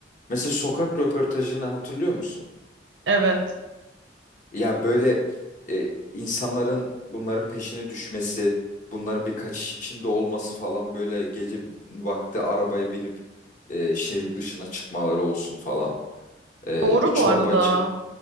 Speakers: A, on the left; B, on the right.
A: mesela sokak röportajını hatırlıyor musun?
B: Evet.
A: Ya böyle e, insanların bunların peşine düşmesi, bunların bir kaçış içinde olması falan böyle gece vakti arabaya binip e, şehir dışına çıkmaları olsun falan. E,
B: Doğru
A: bir çorbacı
B: bu arada.